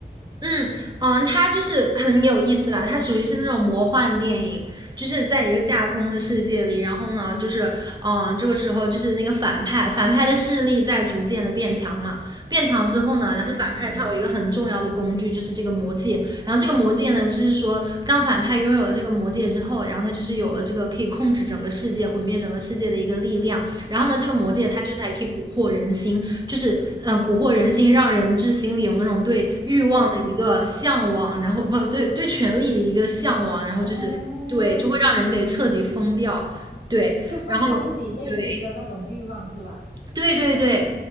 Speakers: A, on the right; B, on the left.
A: 嗯嗯，它就是很有意思啦，它属于是那种魔幻电影，就是在一个架空的世界里，然后呢，就是嗯，这个时候就是那个反派，反派的势力在逐渐的变强嘛，变强之后呢，
B: 哦，
A: 然后反派他有一个很重要的工具，就是这个魔戒，然后这个魔戒呢，就是说当反派拥有了这个魔戒之后，然后他就是有了这个可以控制整个世界、毁灭整个世界的一个力量，然后呢，这个魔戒它就是还可以蛊惑人心，
B: 哦，
A: 就是嗯、呃蛊惑人心，让人就是心里有那种对欲望的一个向往，
B: 说
A: 然后不对对权力的一个向往，然后就是对，
B: 哦，
A: 就会让人给彻底疯掉。对，
B: 就放大自己内心的那种欲望，
A: 然后对
B: 是吧？
A: 对对对，